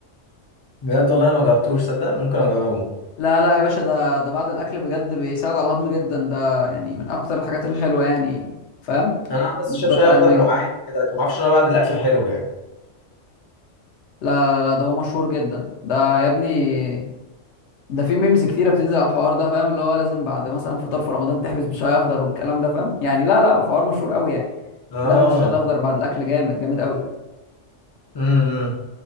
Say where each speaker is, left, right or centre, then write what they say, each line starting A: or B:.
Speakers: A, on the left (about 40°); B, on the left (about 70°).
A: بجد والله ما جربتوش صدق ممكن اجربه
B: لا لا يا باشا ده ده بعد الاكل بجد بيساعد على الهضم جدا ده يعني من اكتر الحاجات الحلوة يعني فاهم
A: انا عارف بس
B: مثبتة
A: اشرب شاي
B: علميا
A: واخدها بالوعاء كده لكن ما اعرفش ان هو بعد الاكل حلو يعني
B: لا لا لا ده هو مشهور جدا ده يا ابني ده في ميمز كتيره بتنزل على الحوار ده فاهم اللي هو لازم بعد مثلا فطار في رمضان تحبس بشاي اخضر والكلام ده فاهم يعني لا لا الحوار مشهور قوي يعني
A: اه
B: دايما الشاي الاخضر بعد الاكل جامد جامد قوي
A: امم إمم.